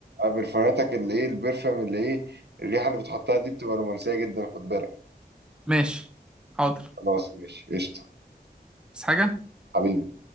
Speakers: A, on the right; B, in the centre.
A: برفاناتك اللي ايه البرفم اللي ايه الريحة اللي بتحطها دي بتبقى رومانسية جدا خد بالك
B: ماشي حاضر
A: خلاص ماشي قشطة
B: بس حاجه
A: حبيبي